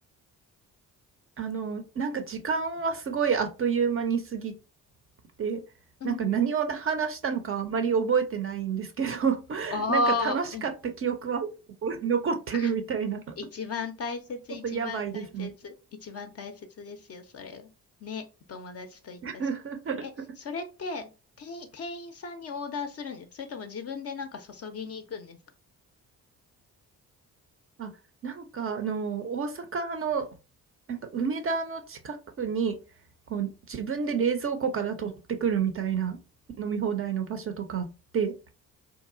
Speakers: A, on the right (about 30°); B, on the left (about 35°).
A: あの、なんか時間はすごいあっという間に過ぎで、
B: うん。
A: なんか何を話したのかあんまり覚えてないんですけど、<laughs>
B: ああ、
A: なんか楽しかった記憶は
B: うん。
A: 残ってるみたいな、
B: あ、
A: ち
B: 一番大切、
A: ょっとやばいですね。
B: 一番大切、一番大切ですよ、それが。ね、お友達と行ったし。
A: <laughs>
B: え、それって、店員、店員さんにオーダーするんですかそれとも自分でなんか注ぎに行くんですか
A: あ、なんかあの、大阪の、なんか梅田の近くに、こう自分で冷蔵庫から取ってくるみたいな飲み放題の場所とかあって、